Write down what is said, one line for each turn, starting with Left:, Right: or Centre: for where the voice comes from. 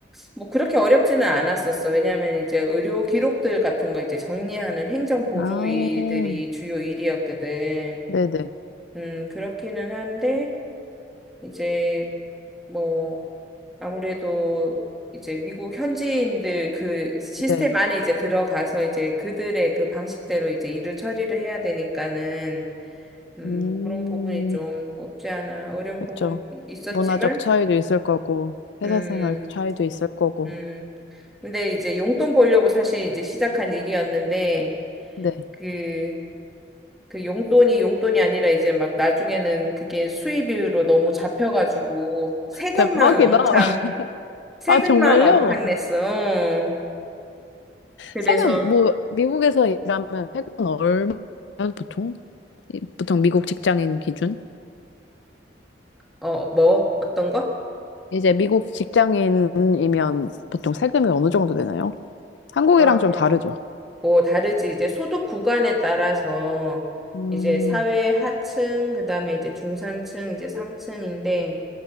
Centre: 뭐 그렇게 어렵지는 않았었어. 왜냐하면 이제 의료 기록들 같은 거 이제 정리하는 행정 보조
Left: 아,
Centre: 일들이 주요 일이었거든.
Left: 네네,
Centre: 음, 그렇기는 한데 이제 뭐, 아무래도 이제 미국 현지인들 그 시스템
Left: 네.
Centre: 안에 이제 들어가서 이제 그들의 그 방식대로 이제 일을 처리를 해야 되니까는, 음,
Left: 음,
Centre: 그런 부분이 좀 없지 않아 어려운
Left: 그렇죠.
Centre: 부분이 있었지만,
Left: 문화적 차이도 있을 거고, 회사
Centre: 음,
Left: 생활 차이도 있을 거고.
Centre: 음. 근데 이제 용돈 벌려고 사실 이제 시작한 일이었는데,
Left: 네.
Centre: 그, 그 용돈이 용돈이 아니라 이제 막 나중에는 그게 수입으로 너무 잡혀가지고 세금만
Left: 대박이다.
Centre: 왕창
Left: <laughs>
Centre: 세금만
Left: 아, 정말요?
Centre: 왕창 냈어. 그래서,
Left: 세금, 뭐, 미국에서 일하면 세금 얼마예요, 보통? 이- 보통 미국 직장인 기준?
Centre: 어, 뭐? 어떤 거?
Left: 이제 미국 직장인이면 보통 세금이 어느 정도 되나요? 한국이랑
Centre: 아,
Left: 좀 다르죠?
Centre: 뭐 다르지. 이제 소득 구간에 따라서
Left: 음,
Centre: 이제 사회 하층, 그다음에 이제 중산층, 이제 상층인데